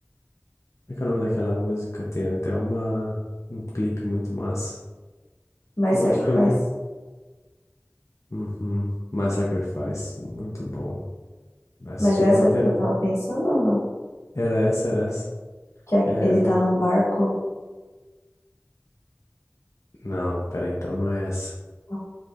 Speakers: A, on the left; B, on the left.
A: como é que é o nome daquela música? Tem até uma, um clipe muito massa.
B: My
A: Eu
B: Sacrifice.
A: acho que eu li. Uhum. My Sacrifice, muito bom. Mas
B: Mas
A: já
B: é
A: tava
B: essa
A: até.
B: que eu tava pensando ou não?
A: Era essa, era essa.
B: Que a-
A: É,
B: ele
A: fa-
B: tá num barco?
A: não, peraí, então não é essa.
B: Não.